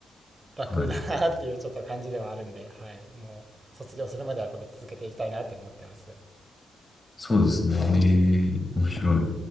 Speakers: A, on the right; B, on the left.
A: 楽だなっていうちょっと感じではあるんで、
B: はい。
A: はい、もう、卒業するまではこれ続けていきたいなって思ってます。
B: そうですね。ええ面白い。